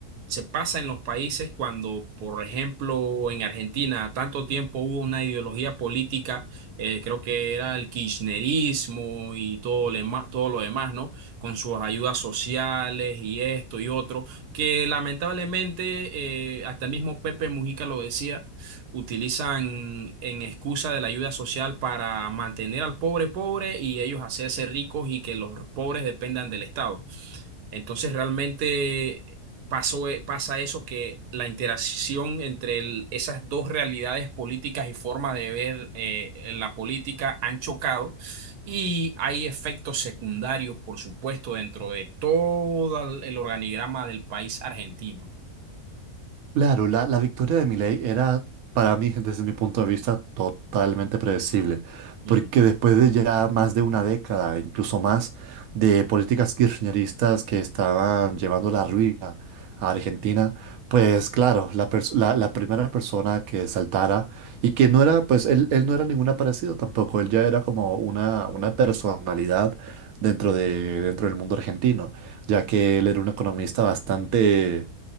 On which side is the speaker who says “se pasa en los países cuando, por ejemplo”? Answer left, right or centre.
Right